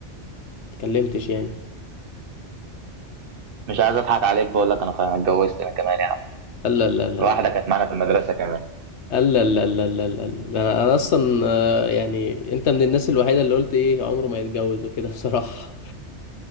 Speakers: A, on the left (about 70°); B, on the right (about 55°).
A: اتكلمتش يعني
B: مش عايز اضحك عليك بقول لك انا خلاص أنا اتجوزت انا كمان يا عم
A: لا لا لا
B: واحده
A: لا
B: كانت معانا في المدرسه كمان
A: لا لا لا لا لا لا انا أنا اصلا آه، يعني انت من الناس الوحيدة اللي قلت ايه عمره ما يتجوز وكده بصراحة